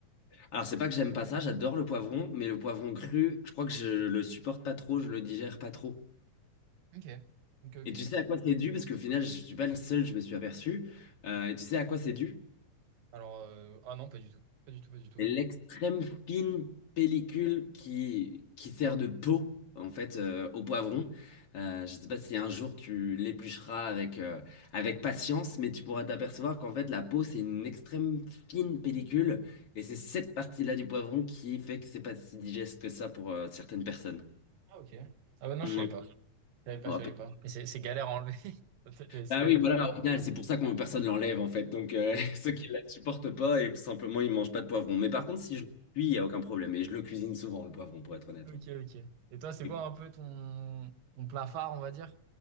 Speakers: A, on the left; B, on the right.
A: Alors, c'est pas que j'aime pas ça, j'adore le poivron, mais le poivron cru, je crois que je le supporte pas trop, je le digère pas trop.
B: Ok, ok, ok.
A: Et tu sais à quoi c'est dû? Parce qu'au final, je suis pas le seul, je me suis aperçu. Euh, et tu sais à quoi c'est dû?
B: Alors, euh, ah non, pas du tout, pas du tout, pas du tout.
A: C'est l'extrême fine pellicule qui, qui sert de peau, en fait, euh, au poivron. Euh, je ne sais pas si un jour tu l'éplucheras avec, euh, avec patience, mais tu pourras t'apercevoir qu'en fait, la peau, c'est une extrême fine pellicule. Et c'est cette partie-là du poivron qui fait que c'est pas si digeste que ça pour euh, certaines personnes.
B: Ah ok. Ah bah non,
A: Ouais.
B: je savais pas, je savais pas,
A: On
B: je savais
A: va
B: pas. Et c'est c'est galère à enlever. <laughs> Peut-être j'ai essayé
A: Ah oui,
B: de.
A: voilà, au final, c'est pour ça que personne ne l'enlève, en fait. Donc, euh, <laughs> ceux qui ne la supportent pas, et tout simplement, ils ne mangent pas de poivron. Mais par contre, si je le cuis, il n'y a aucun problème. Et je le cuisine souvent, le poivron, pour être honnête.
B: Ok,
A: ouais.
B: ok. Et toi, c'est
A: Et-
B: quoi un peu ton, ton plat phare, on va dire?